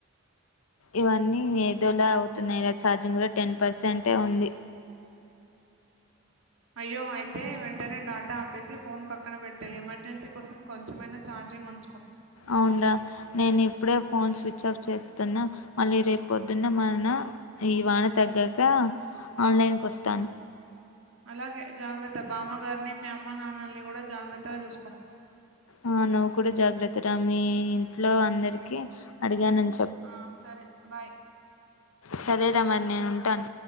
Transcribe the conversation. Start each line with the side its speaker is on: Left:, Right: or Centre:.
Left: ఇవన్నీ ఏదోలా అవుతున్నాయిరా ఛార్జింగ్ కూడా టెన్ పర్సెంటే ఉంది
Right: అయ్యో అయితే వెంటనే డాటా ఆప్పేసి ఫోన్ పక్కన పెట్టాయి ఎమర్జెన్సీ కోసం కొంచెమయిన ఛార్జింగ్ గ్ ఉంచుకో
Left: అవున్రా నేను ఇప్పుడే ఫోన్ స్విచ్ ఆఫ్ చేస్తున్నా మళ్ళీ రేపు పొద్దున్న మన ఈ వాన తగ్గాక ఆన్లైన్కు వస్తాను.
Right: అలాగే జాగ్రత్త బామ్మగారిని మీ అమ్మ నాన్నల్ని గూడా జాగ్రత్తగా చూసుకో
Left: ఆ నువ్వు కూడా జాగ్రత్తరా మీ ఇంట్లో అందరికి అడిగానని
Right: ఆ సరే బాయ్
Left: సరే రా మరి నేను ఉంటాన్.